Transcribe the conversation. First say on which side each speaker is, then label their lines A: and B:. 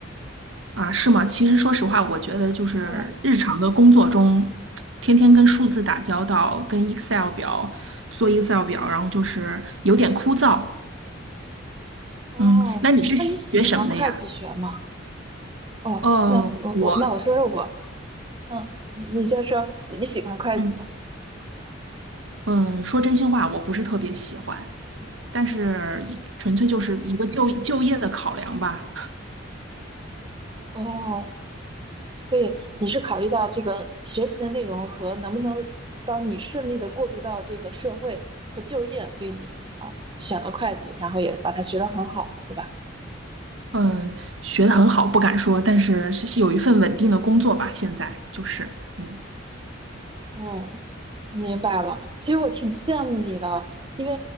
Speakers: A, on the right; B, on the right.
A: 啊，是吗？其实说实话，我觉得就是日常的工作中，
B: 对，
A: 天天跟数字打交道，跟 Excel 表做 Excel 表，然后就是有点枯燥。
B: 哦，
A: 嗯，那你是学什么的呀？
B: 那你喜欢会计学吗？哦，
A: 呃，
B: 那我我那我说说我，
A: 我，
B: 嗯，你你先说，你喜欢会计吗？
A: 嗯嗯，说真心话，我不是特别喜欢，
B: 嗯
A: 但是一纯粹就是一个就就业的考量吧。
B: 哦，所以你是考虑到这个学习的内容和能不能帮你顺利的过渡到这个社会和就业，所以你啊选了会计，然后也把它学得很好，对吧？
A: 嗯，学的很好，不敢说，但是是是有一份稳定的工作吧，现在就是，嗯。
B: 嗯。我明白了，其实我挺羡慕你的，因为，